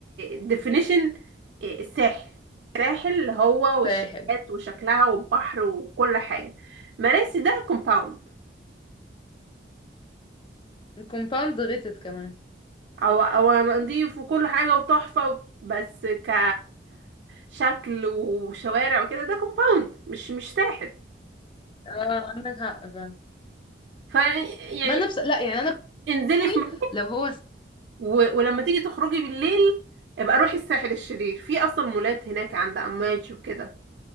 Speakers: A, on the right; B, on the left.
A: ديفينيشن الساحل ساحل هو
B: الساحل
A: والشقات وشكلها والبحر وكل حاجه مراسي ده كومباوند
B: الكومباوند غتت كمان
A: او او نضيف وكل حاجه وتحفه بس ك كشكل وشوارع وكده ده كومباوند مش مش ساحل
B: اه عندك حق فعلا
A: ف يعني
B: ما انا بس... لا يعني انا
A: انزلي
B: بقوي
A: في مول
B: لو هو س...
A: و... ولما تيجي تخرجي بالليل ابقى روحي الساحل الشرير في اصلا مولات هناك عند اماج وكده